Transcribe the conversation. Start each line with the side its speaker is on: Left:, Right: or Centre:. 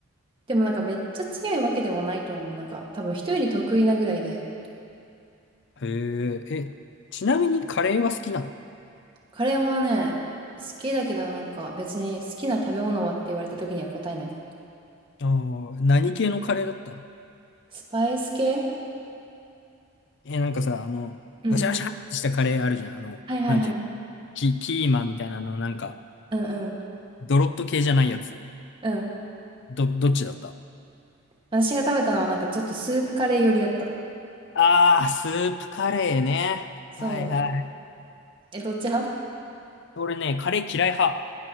Right: でもなんかめっちゃ強いわけではないと思う。なんか、多分人より得意なぐらいで。
Left: へえ、え、ちなみにカレーは好きな
Right: カレーはね、好きだけどなんか別に好きな食べ物はって言われた時には答えないかな。
Left: のあー何系のカレーだった
Right: スパイス系
Left: え、なんかさ、あの、
Right: うん。
Left: わしゃわしゃってしたカレーあるじゃん。あの、
Right: はいはいはい。
Left: なんていうキ、キーマみたいなの、なんか、
Right: うんうん。
Left: ドロッと系じゃないやつ。
Right: うん。
Left: ど、どっちだった
Right: 私が食べたのはなんかちょっとスープカレー寄りだった。
Left: ああ、スープカレーね。
Right: そう。
Left: はいはい。
Right: え、どっち派
Left: 俺ね、カレー嫌い派。